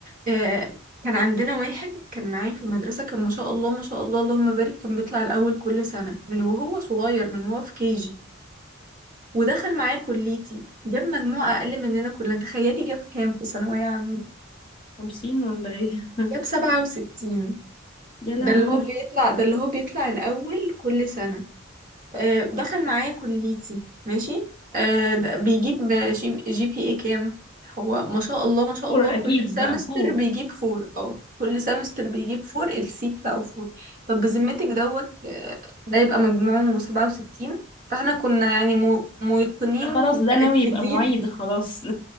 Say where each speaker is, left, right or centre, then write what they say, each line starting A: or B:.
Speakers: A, on the right (about 40°); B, on the left (about 25°).
A: آه، كان عندنا واحد كان معايا في المدرسة كان ما شاء الله ما شاء الله اللهم بارك كان بيطلع الأول كل سنة من وهو صغير من وهو في كيجي ودخل معايا كليتي جاب مجموعة أقل مننا كلنا تخيلي جاب كام في ثانوية عامة
B: خمسين ولا ايه
A: جاب سبعة وستين
B: <laughs> يا لهوي
A: ده اللي هو بيطلع ده اللي هو بيطلع الأول كل سنة آه، دخل معايا كليتي ماشي آه، د- بيجيب شي- جي بي اي كام هو ما شاء الله ما شاء
B: فور
A: الله كل
B: اكيد
A: سمستر
B: بقى فور
A: بيجيب فور اه كل سمستر بيجيب فور السي بتاعه فور طب بذمتك دوت آه، ده يبقى مجموعه سبعة وستين فاحنا كنا يعني مو- موقنين
B: ده خلاص
A: متأكدين
B: ده ناوي يبقى معيد خلاص